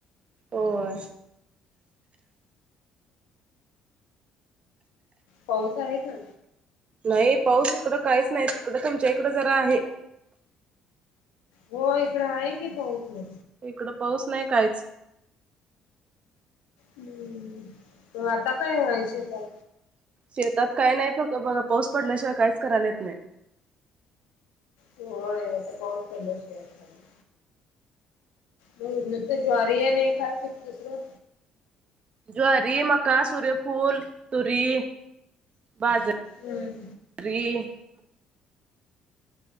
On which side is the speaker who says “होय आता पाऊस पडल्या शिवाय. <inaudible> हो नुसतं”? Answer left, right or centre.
Left